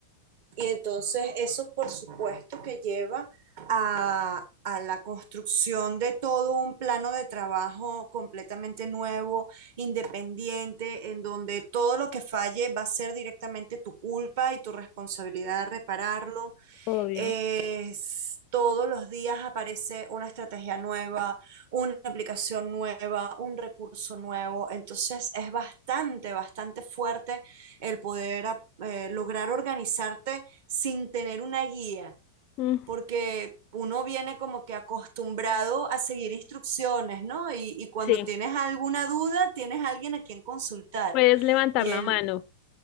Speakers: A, on the right; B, on the left.
A: Y entonces eso, por supuesto, que lleva a, a la construcción de todo un plano de trabajo completamente nuevo, independiente, en donde todo lo que falle va a ser directamente tu culpa y tu responsabilidad de repararlo
B: Obvio.
A: es, todos los días aparece una estrategia nueva, una aplicación nueva, un recurso nuevo. Entonces es bastante, bastante fuerte el poder a- eh, lograr organizarte sin tener una guía,
B: Mm,
A: porque uno viene como que acostumbrado a seguir instrucciones, ¿no? Y, y cuando
B: sí,
A: tienes alguna duda, tienes alguien a quien consultar.
B: puedes levantar
A: Y
B: la
A: en,
B: mano.